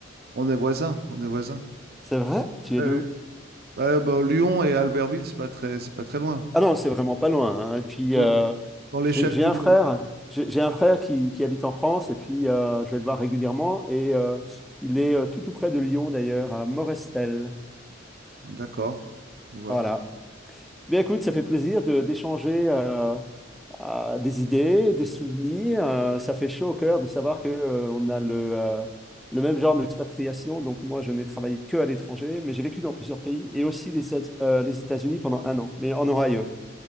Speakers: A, on the right (about 50°); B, in the centre.
A: On est voisins, on est voisins.
B: C'est vrai? Tu es
A: Ouais,
B: d'où?
A: ouais. Ouais, bah, Lyon et Albertville, c'est pas très, c'est pas très loin.
B: Ah non, c'est vraiment pas loin. hein. Et puis,
A: Dans
B: euh,
A: dans l'échelle
B: j'ai j'ai
A: du
B: un
A: monde.
B: frère. J'ai j'ai un frère qui, qui habite en France et puis euh, je vais le voir régulièrement. Et euh, il est euh, tout tout près de Lyon, d'ailleurs, à Morestel.
A: D'accord, je vois.
B: Voilà. Bien, écoute, ça fait plaisir de d'échanger. euh, euh, des idées, des souvenirs. euh, ça fait chaud au cœur de savoir que, euh, on a le, euh, le même genre d'expatriation. Donc moi, je n'ai travaillé que à l'étranger, mais j'ai vécu dans plusieurs pays et aussi les, États- euh, les États-Unis pendant un an, mais en Ohio.